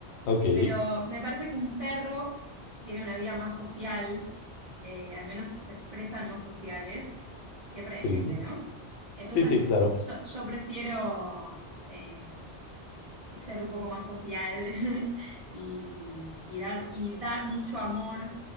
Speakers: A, on the left; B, on the right.
A: Ok,
B: Pero me parece que un perro tiene una vida más social, eh, al menos se expresan más sociales, siempre
A: sí.
B: depende, ¿no? Entonces,
A: Sí, sí, claro.
B: yo, yo prefiero eh, ser un poco más social <laughs> y, y dar, y dar mucho amor,